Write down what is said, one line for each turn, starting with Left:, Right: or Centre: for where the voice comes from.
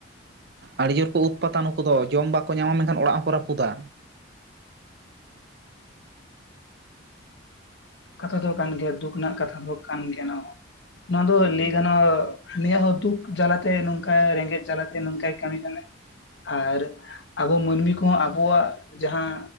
Right: ᱟᱹᱰᱤ ᱡᱳᱨ ᱠᱚ ᱩᱛᱯᱟᱛᱟ ᱱᱩᱠᱩ ᱫᱚ ᱡᱚᱢ ᱵᱟᱠᱚ ᱧᱟᱢᱟ ᱢᱮᱱᱠᱷᱟᱱ ᱚᱲᱟᱜ ᱦᱚᱸᱠᱚ ᱨᱟᱹᱯᱩᱫᱟ᱾
Left: ᱠᱟᱛᱷᱟ ᱫᱚ ᱠᱟᱱ ᱜᱮᱭᱟ, ᱫᱩᱠ ᱨᱮᱱᱟᱜ ᱠᱟᱛᱷᱟ ᱫᱚ ᱠᱟᱱ ᱜᱮᱭᱟ ᱚᱱᱟ ᱦᱚᱸ ᱱᱚᱣᱟ ᱫᱚ ᱞᱟᱹᱭ ᱜᱟᱱᱚᱜᱼᱟ ᱱᱚᱣᱟ ᱦᱚᱸ ᱫᱩᱠ ᱡᱟᱞᱟᱛᱮ ᱱᱚᱝᱠᱟ ᱨᱮᱸᱜᱮᱡ ᱡᱟᱞᱟᱛᱮ ᱱᱚᱝᱠᱟᱭ ᱠᱟᱹᱢᱤ ᱠᱟᱱᱟᱭ᱾
Right: <inaudible>
Left: ᱟᱨ <unintelligible> ᱟᱵᱚ ᱢᱟᱹᱱᱢᱤ ᱠᱚᱦᱚᱸ ᱟᱵᱚᱣᱟᱜ ᱡᱟᱦᱟᱸ